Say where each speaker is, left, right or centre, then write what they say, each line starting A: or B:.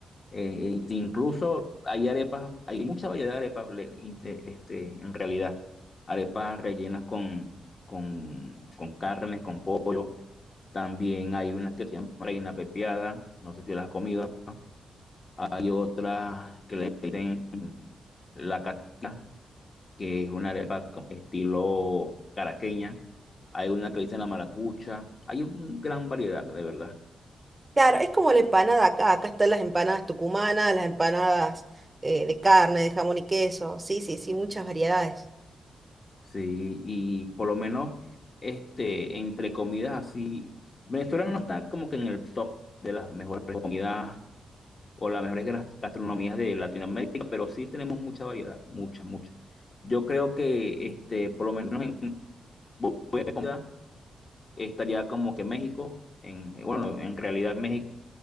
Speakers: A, on the left; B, on the right.
A: Eh, e incluso hay arepas, hay mucha variedad de arepas le- inte- este, en realidad. Arepas rellenas con, con, con carnes, con pollo. También hay unas que se llaman reina pepiada, no sé si las has comido. Hay otras que le dicen la cata, que es una arepa con estilo caraqueña. Hay una que le dicen la maracucha. Hay una gran variedad, de verdad.
B: Claro, es como la empanada acá. Acá están las empanadas tucumanas, las empanadas eh, de carne, de jamón y queso. Sí, sí, sí, muchas variedades.
A: Sí, y por lo menos, este, entre comidas así, Venezuela no está como que en el top de las mejores comidas o las mejores gas- gastronomías de Latinoamérica, pero sí tenemos mucha variedad, mucha, mucha. Yo creo que, este, por lo menos en bu- buena comida estaría como que México, en, bueno, en realidad México,